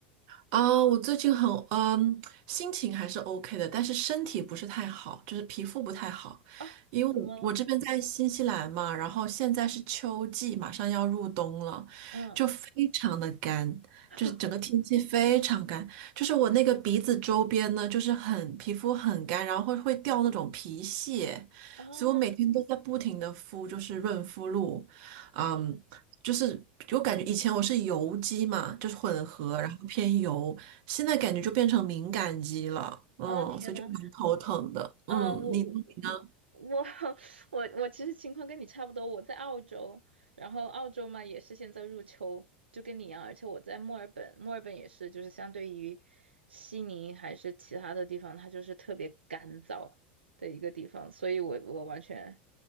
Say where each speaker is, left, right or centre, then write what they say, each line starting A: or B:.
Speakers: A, on the right; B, on the right.
A: 啊，我最近很嗯，心情还是 OK 的，但是身体不是太好，就是皮肤不太好。
B: 啊，
A: 因为我我这边在新西兰嘛，
B: 怎么了？
A: 然后现在是秋季，马上要入冬了，
B: 嗯，
A: 就非常的干，
B: <laughs>
A: 就是整个天气非常干，就是我那个鼻子周边呢，就是很皮肤很干，然后会会掉那种皮屑，
B: 啊，
A: 所以我每天都在不停的敷，就是润肤露，嗯。
B: 是，
A: 就是我感觉以前我是油肌嘛，就是混合，然后偏油，现在感觉就变成敏感肌了，嗯，
B: 哦，天呐，
A: 所以就蛮头疼的。
B: 呃，
A: 嗯，
B: 我我
A: 你呢你呢？
B: 我 <laughs> 我我其实情况跟你差不多，我在澳洲，然后澳洲嘛也是现在入秋，就跟你一样，而且我在墨尔本，墨尔本也是，就是相对于悉尼还是其他的地方，它就是特别干燥，的一个地方，所以我我完全